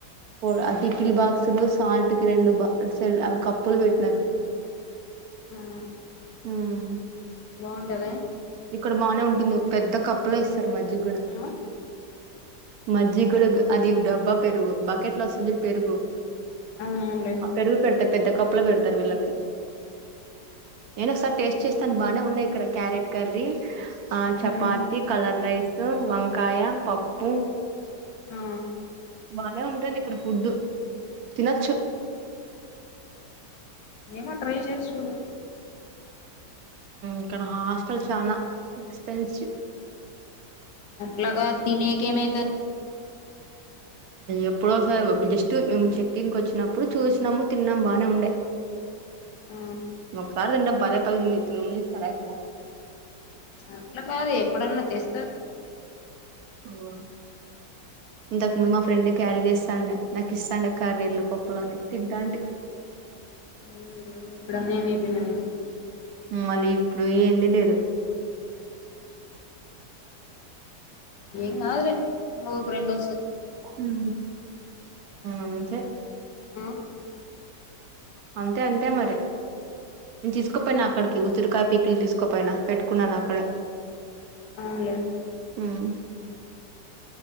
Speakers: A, on the right; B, on the left.
A: పో అది కిల్ బాక్సులు సాల్ట్ కి రెండు బ కప్పులు పెట్టినారు
B: ఉహు
A: ఉమ్మ్
B: బాగుంటవా
A: ఇక్కడ బానే ఉంటుంది ఒక పెద్ద కప్పులో ఇస్తారు మజ్జిగ కూడా
B: ఆ
A: మజ్జిగ కూడా అది డబ్బా పెరుగు బకెట్లు వస్తుంది చూడు పెరుగు
B: అవునవునులే
A: ఆ పెరుగు పెడితే పెద్ద కప్పులో పెడతారు వీళ్ళకి నేను ఒకసారి టేస్ట్ చేస్తాను బాగానే ఉన్నాయి ఇక్కడ క్యారెట్ కర్రీ ఆ చపాతి
B: ఉమ్
A: కలర్ రైస్ వంకాయ పప్పు
B: హా
A: బానే ఉంటుంది ఇక్కడ ఫుడ్ తినొచ్చు
B: ఏమో ట్రై చేసి చూడు
A: ఇక్కడ హాస్టల్ చాలా ఎక్స్పెన్సివ్
B: అట్లా కాదు తిననీకి ఏమైతది
A: ఎప్పుడోసారి జస్ట్ మేము చెకింగ్కి వచ్చినప్పుడు చూసినాము తిన్నాము బాగానే ఉండే
B: ఆ
A: ఒకసారి తింటాం పదే పదిస్తారే తిననిస్తారా అక్కడ
B: అట్లా కాదు ఎప్పుడన్నా జస్ట్
A: హమ్ ఇంతకు ముందు మా ఫ్రెండ్ క్యారీ చేస్తాండే నాకు ఇస్తాండే కర్రీలు పప్పులుని తింటా అంటే
B: హమ్ హమ్ ఇప్పుడు అన్యాయం అయిపోయినమే
A: మళీ ఇప్పుడు ఏంది లేదు
B: ఏం కాదులే ఇంకొక రెండు
A: హమ్ అంతే
B: హమ్
A: అంతే అంతే మరి నేను తీసుకోపోయినా అక్కడికి చిరకాయ పీకులు తీసుకోపోయినా పెట్టుకున్నాను అక్కడే
B: అవులే
A: హమ్